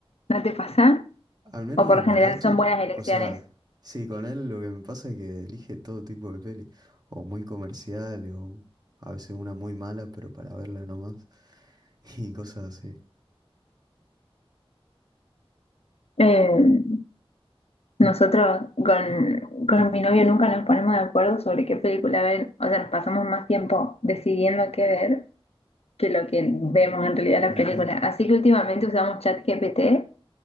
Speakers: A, on the left; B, on the right.
A: ¿No te pasa?
B: al menos
A: O por
B: en
A: lo general
B: mi caso,
A: son buenas elecciones.
B: o sea, sí, con él lo que me pasa es que elige todo tipo de peli, o muy comerciales, o a veces una muy mala, pero para verla nomás, <laughs> y cosas así.
A: Eh, nosotros con, con mi novio nunca nos ponemos de acuerdo sobre qué película ver. O sea, nos pasamos más tiempo decidiendo qué ver que lo que vemos en realidad en
B: Ujú.
A: la película. Así que últimamente usamos ChatGPT